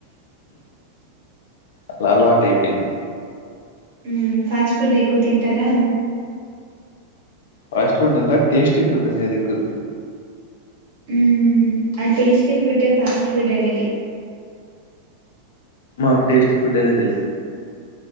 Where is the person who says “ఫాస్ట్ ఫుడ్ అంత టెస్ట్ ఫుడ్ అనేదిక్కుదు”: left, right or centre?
Left